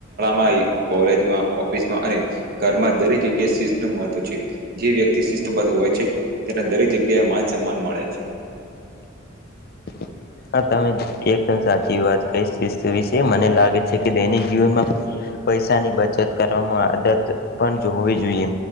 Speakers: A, on the right (about 45°); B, on the left (about 50°).
A: માં ઓફિસમાં અને ઘરમાં દરેક જગ્યાએ શી નું મહત્વ છે જે વ્યક્તિ હોય છે તેને દરેક જગ્યાએ માન સન્માન મળે છે
B: <inaudible> હા તમે એકદમ સાચી વાત કઈસ્ત વિ છે મને લાગે છે કે દૈનિક જીવનમાં પૈસાની બચત કરવામાં આદત પણ હોવી જોઈએ